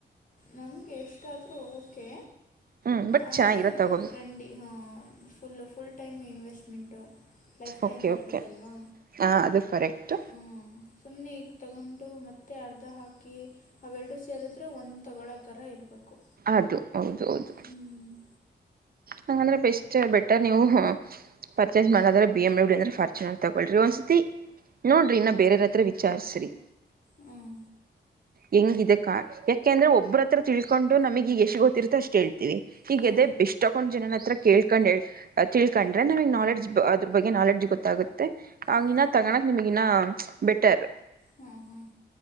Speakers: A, on the left; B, on the right.
A: ನಮ್ಗೆ ಎಷ್ಟಾದ್ರೂ ಓಕೆ
B: ಹ್ಮ್ ಬಟ್
A: ಆದರೆ
B: ಚೆನ್ನಾಗಿರೋ ತಗೋಬೇಕು
A: ಟ್ರೆಂಡಿ ಹ full full time investment life
B: okay
A: time ಬರಬೇಕಲ್ವಾ
B: okay ಹಾ ಅದು ಕರೆಕ್ಟ್
A: ಹ್ಞ ಸುಮ್ಮನೆ ಈಗ ತಗೊಂಡು ಮತ್ತೆ ಅರ್ಧ ಹಾಕಿ ಅವೆರಡು ಸೇರಿದ್ರೆ ಒಂದು ತಗೊಳ್ಳೋ ಥರ ಇರಬೇಕು
B: ಅದು ಹೌದು ಹೌದು
A: ಹ್ಞೂ
B: ಹಂಗಂದ್ರೆ ಬೆಸ್ಟ್ ಬೆಟರ್ ನೀವು ಪರ್ಚೇಸ್ ಮಾಡದ್ರೆ ಬಿ ಎಂ ಬಿ ಅ್ರೆ ಫರ್ಚ ಮಾಡ ತಗಳ್ರಿ ಒಂದ್ಸತಿ ನೋಡ್ರಿ ನಾ ಬೇರೆಯರ ಹತ್ರ ವಿಚಾರಸ್ರಿ
A: ಹ್ಮ್
B: ಹೆಂಗಿದೆಕ್ಕಾ ಯಾಕೆಂದ್ರೆ ಒಬ್ಬ್ರ ಹತ್ರ ತಿಳ್ಕೊಂಡು ನಮಗಗೆ ಎಷ್ಟು ಗೊತ್ತಿರ್ತೋ ಅಷ್ಟು ಹೇಳ್ತೀವಿ ಹೀಗದ
A: ಹ್ಞೂ ಹ್ಞೂ
B: ಬೆ ಇ ತೊಕೊಂಡ್ ಜನ ಹತ್ರ ಕಳ್ಕೊಂಡ್ ತಿಳ್ಕೊಂಡ್ರೆ ನಮಗ್ ನಾಲೆಜ್ ಅದ್ರ ಬಗ್ಗೆ ನಾಲೆಡ್ಜ್ ಗೊತ್ತಾಗುತ್ತೆ ಮತ್ತ ಆಂಗ
A: ಹ್ಞೂ
B: ಇನ್ನ ತಗಣಕ್ ನಿಮಗನ್ನ ಬೆಟರ್
A: ಹ್ಮ್ ಹಾ್